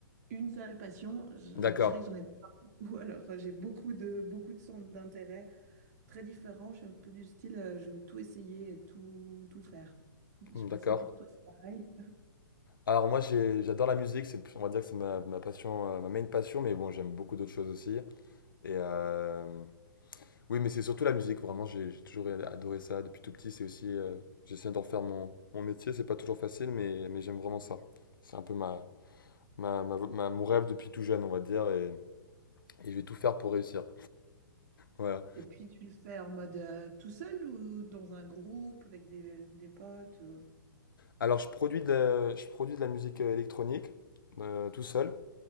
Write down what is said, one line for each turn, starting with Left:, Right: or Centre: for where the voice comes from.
Right: une seule passion. Je,
Left: D'accord,
Right: je dirais que j'en ai pas. <laughs> Ou alors, euh, j'ai beaucoup de, beaucoup de centres d'intérêt très différents. Je suis un peu du style, euh, je veux tout essayer et tout, tout faire. Je ne
Left: Hmm,
Right: sais pas
Left: d'accord.
Right: si pour toi, c'est pareil.
Left: Alors moi, j'ai- j'adore la musique, c'est, on va dire que c'est ma, ma passion, euh, ma main passion, mais bon, j'aime beaucoup d'autres choses aussi. Et euh, oui, mais c'est surtout la musique, vraiment, j'ai j'ai toujours adoré ça depuis tout petit. C'est aussi, euh, j'essaie d'en faire mon, mon métier, c'est pas toujours facile, mais, mais j'aime vraiment ça. C'est un peu ma, ma, ma, ma- mon rêve depuis tout jeune, on va dire, et, et je vais tout faire pour réussir. Voilà.
Right: Et puis, tu le fais en mode euh, tout seul ou dans un groupe avec des, des potes euh
Left: Alors, je produis de la, je produis de la musique euh, électronique euh, tout seul,